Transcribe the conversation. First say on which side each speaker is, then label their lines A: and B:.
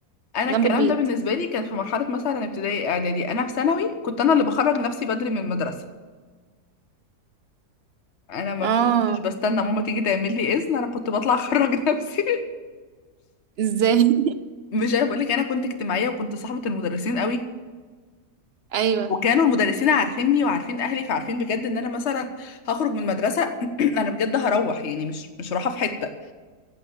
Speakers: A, on the left (about 50°); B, on the right (about 60°).
A: انا
B: جنب
A: الكلام
B: البيت
A: ده بالنسبه لي كان في مرحله مثلا ابتدائي اعدادي انا في ثانوي كنت انا اللي بخرج نفسي بدري من المدرسه انا ما كنتش
B: اه
A: بستنى ماما تيجي تعمل لي اذن انا كنت بطلع اخرج <laughs> نفسي
B: ازاي <laughs>
A: مش انا بقول لك انا كنت اجتماعيه وكنت صاحبه المدرسين قوي
B: ايوه
A: وكانوا المدرسين عارفيني وعارفين اهلي فعارفين بجد ان انا مثلا هخرج من المدرسه <clears throat> انا بجد هروح يعني مش مش رايحه في حته